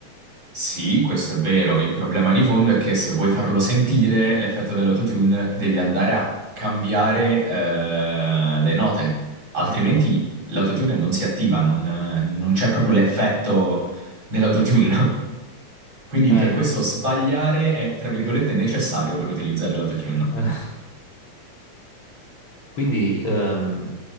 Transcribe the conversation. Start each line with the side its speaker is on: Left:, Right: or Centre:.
Right: Sì, questo è vero. Il problema di fondo è che se vuoi farlo sentire l'effetto dell'autotune, devi andare a cambiare eh, le note, altrimenti
Left: Ok.
Right: l'autotune non si attiva, non, non c'è proprio l'effetto dell'autotune. <laughs> Quindi
Left: Eh,
Right: per questo sbagliare è, tra virgolette, necessario per utilizzare l'autotune.
Left: <laughs> Quindi ehm,